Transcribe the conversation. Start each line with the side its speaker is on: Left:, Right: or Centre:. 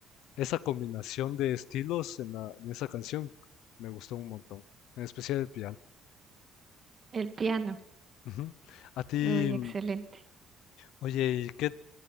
Left: Esa combinación de estilos en la, en esa canción me gustó un montón, en especial el piano.
Right: el piano?
Left: Ujú. A ti,
Right: Uy,
Left: mm,
Right: excelente.
Left: oye, ¿y qué,